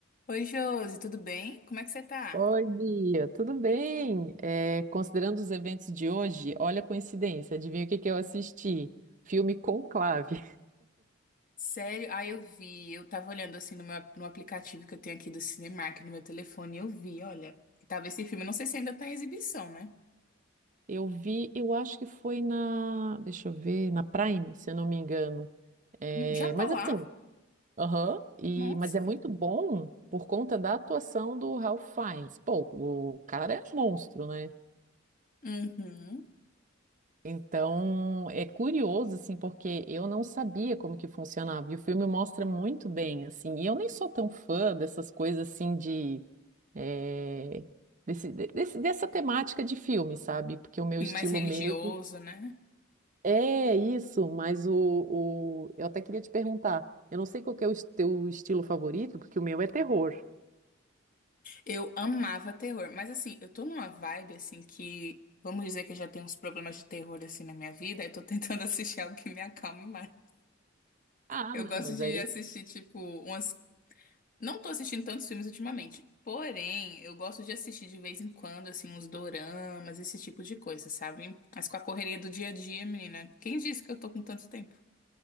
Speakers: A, on the left (about 45°); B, on the right (about 40°).
A: Oi, Josi, tudo bem? Como é que você tá?
B: Oi, Bia, tudo bem? É, considerando os eventos de hoje, olha a coincidência, adivinha o que que eu assisti? Filme Conclave.
A: Sério? Ah, eu vi. Eu tava olhando assim no meu, no aplicativo que eu tenho aqui do Cinemark no meu telefone e eu vi, olha, que tava esse filme. Eu Não sei se ainda tá em exibição, né?
B: Eu vi, eu acho que foi na, deixa eu ver, na Prime, se eu não me engano. É,
A: Hum, Já tá
B: mas
A: lá?
B: assim, aham, e,
A: Nossa.
B: mas é muito bom por conta da atuação do Ralph Fiennes. Pô, o cara é monstro, né?
A: Uhum.
B: Então, é curioso, assim, porque eu não sabia como que funcionava. E o filme mostra muito bem, assim. E eu nem sou tão fã dessas coisas, assim, de... eh, desse- de- desse- dessa temática de filme, sabe? Porque o meu
A: Sim,
B: estilo
A: mais religioso,
B: mesmo
A: né?
B: é isso, mas o, o... Eu até queria te perguntar. Eu não sei qual que é o es- teu estilo favorito, porque o meu é terror.
A: Eu amava terror, mas assim, eu tô numa vibe assim que, vamos dizer que eu já tenho uns problemas de terror assim na minha vida, eu tô tentando <laughs> assistir algo que me acalme mais.
B: Ah,
A: Eu
B: não,
A: gosto
B: mas
A: de
B: aí...
A: assistir, tipo, umas Não tô assistindo tantos filmes ultimamente. Porém, eu gosto de assistir de vez em quando, assim, uns doramas, esse tipo de coisa, sabe? Mas com a correria do dia a dia, menina, quem disse que eu tô com tanto tempo?